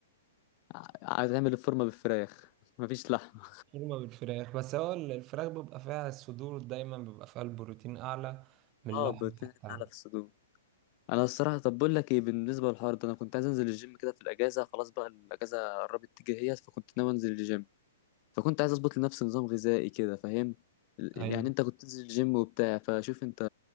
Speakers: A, on the left; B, on the right.
A: ع- عايز اعمل الفورمه بالفراخ <laughs> مفيش لحمه
B: شوربة بالفراخ بس هو الفراخ بيبقى فيها الصدور دايما بيبقى فيها البروتين اعلى من
A: اه
B: اللحم
A: بروتين
B: حتى
A: اعلى في الصدور انا الصراحه طب بقول لك ايه بالنسبه للحوار ده انا كنت عايز انزل الجيم كده في الاجازه خلاص بقى الاجازه قربت تيجي هي فكنت ناوي انزل الجيم فكنت عايز اظبط لنفسي نظام غذائي كده فاهم ال-
B: ايوه
A: يعني انت كنت تنزل الجيم وبتاع فشوف انت